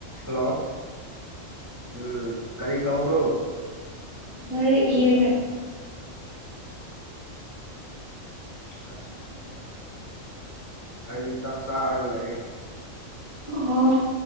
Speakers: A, on the right (about 15°); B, on the right (about 80°).
A: hello ꯎꯝ ꯀꯔꯤ ꯇꯧꯕ꯭ꯔꯣ
B: ꯃꯔꯔ ꯏꯒꯦ
A: ꯑꯁ ꯑꯩꯗꯤ ꯆꯥꯛ ꯆꯥꯔꯒ ꯂꯩꯌꯦ
B: ꯑꯣ